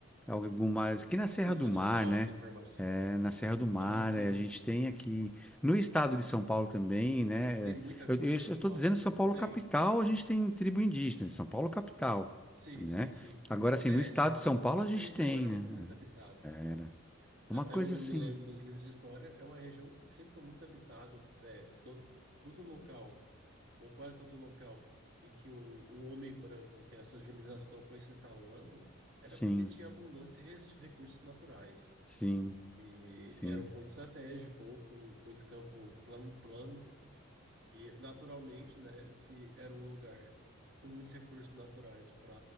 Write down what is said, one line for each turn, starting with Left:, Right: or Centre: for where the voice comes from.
Centre: Algumas aqui na Serra
Right: Sensacional
Centre: do Mar, né?
Right: essa informação.
Centre: É, na Serra do Mar,
Right: Aham, sim.
Centre: é, a gente tem aqui no estado de São Paulo também, né?
Right: Tem
Centre: É,
Right: muita
Centre: Eu
Right: coisa
Centre: eu estou
Right: em São Paulo
Centre: dizendo
Right: também,
Centre: São Paulo
Right: não tem?
Centre: capital, a gente tem tribo indígena, em São Paulo capital,
Right: Sim,
Centre: né?
Right: sim, sim.
Centre: Agora, assim,
Right: É,
Centre: no estado de
Right: é,
Centre: São Paulo
Right: toda
Centre: a
Right: essa
Centre: gente
Right: região
Centre: tem,
Right: era
Centre: né?
Right: muito habitada.
Centre: É, Era
Right: Até
Centre: uma coisa
Right: onde
Centre: assim,
Right: eu me lembro dos livros de história, é uma região que sempre foi muito habitada. É, todo, todo local, ou quase todo local, em que o, o homem branco, que a civilização foi se instalando, era
Centre: sim,
Right: porque tinha abundância de res- recursos naturais.
Centre: sim,
Right: E
Centre: sim,
Right: era um ponto estratégico, ou com muito campo plano, plano E, naturalmente, né, se era um lugar com muitos recursos naturais para